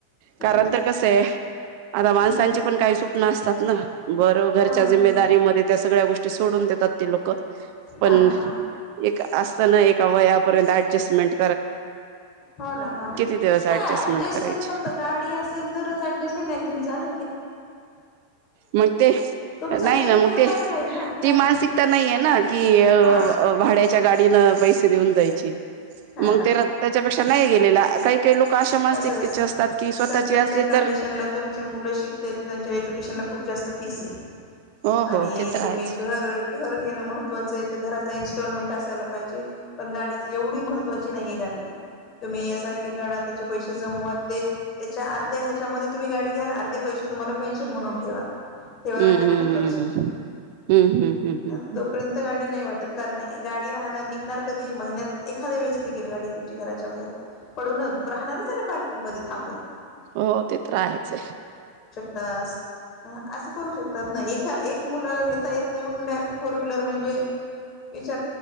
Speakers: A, on the right; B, on the left.
A: कारण
B: हम्म
A: तर कसं आहे. आता माणसांची
B: हम्म
A: पण काही सुप नासतात ना बरं घरच्या
B: हो ना
A: जिम्मेदारी
B: हो ना
A: मधे त्या सगळ्या गोष ते सोडून देतात. ते लोक पण
B: हा हा हा
A: एक आस तनह एका वयाप पर्यन्त अडजेस्टमेंट
B: हो ना, हो ना,
A: दिवस ऍडजस्टमेंट
B: आ ऍटजेस्टमेंट
A: करायची
B: फक्त गाडी असेल तरच ऍटजेस्टमेंट नाही तुम्ही जाण
A: मग ते,
B: तुमचा
A: नाही
B: एक
A: ना मग
B: ई
A: ते,
B: एम आय जाईल ना
A: ती
B: गाडीचा
A: मानसिकता नाही येना कि
B: हा
A: भाड्याच्या गाडीनं पैसे देऊन जाई
B: हा
A: मंग ते रक्ताच्यापेक्षा नाही गेलेला आ काही काही लोक अशा मानसिकतेचे
B: तसेस,
A: असतात की स्वतःची
B: सध्याच्या
A: असली
B: कंडिशनला
A: तर
B: तुमची मुलं शिकते त. त्यांच्याज्युकेशनला खूप जास्त फीस आहे. ह
A: हो हो
B: <unintelligible> आणि
A: ते तर
B: तुम्ही
A: आहेच
B: घर घर घेणं महत्त्वाचं आहे. घरा इस्टॉलमेट असयला पाजे पण गाडी एवढी महत्त्वाची नाहीये गाडी तुम्ही एस आय पी काढा त्याचे पैसे जमवत ते त्याच्या अर्ध्या ह्याच्यामध्ये तुम्ही गाडी घ्या अर्धे पैसे तुम्हाला पेन्शन म्हणून ठेवा तेव्हा
A: हम्म
B: गाडी महत्त्वाची
A: हम्म हम्मम्म हम्म हम्म
B: आहे
A: हम्म हम्म
B: तोपर्यंत
A: हम्
B: गाडी वाटत नाही गाडी राहणार निघणार कधी महिन्यात एखाद्या वेळेस निघेल गाडी तुमची घराच्या बाहेर पडू न राहणारच आहे ना पार्किंग मध्ये थांबून
A: हो ते तर राहायच आहे
B: अस करू शकतात ए मुता येत नाही म्हणूनडायरेक्ट फोर व्हीलर म्हणजेच